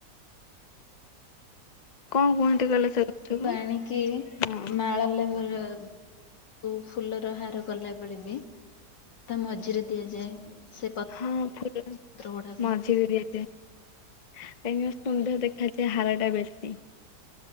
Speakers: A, on the left; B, on the left.
A: କଣ କୁହନ୍ତି କହିଲ ସେ ଗଛକୁ?
B: ବାଣିକି
A: ହଁ।
B: ମାଳ ଲ ବୁ ଫୁଲର ହାର କଲା ବେଳେ ବି ତା ମଝିରେ ଦିଆଯାଏ। ସେ
A: ହଁ ଫୁଲ
B: ପତ୍ର ଗୁଡାକ
A: ମଝିରେ ଦିଆଯାଏ। କାହିଁକି ନା ସୁନ୍ଦର ଦେଖାଯାଏ ହାରା ଟା ବେଶୀ।